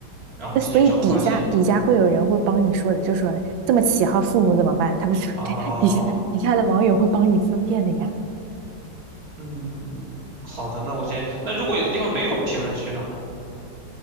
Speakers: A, on the right (about 50°); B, on the right (about 85°).
A: 然后进去之后发现，
B: 那所以底下底下会有人会帮你说的，就说这么起号，父母怎么办？他不是对
A: 啊，
B: <laughs> 底下底下的网友会帮你分辨的呀。
A: 嗯，好的，那我先，那如果有的地方没有评论区呢？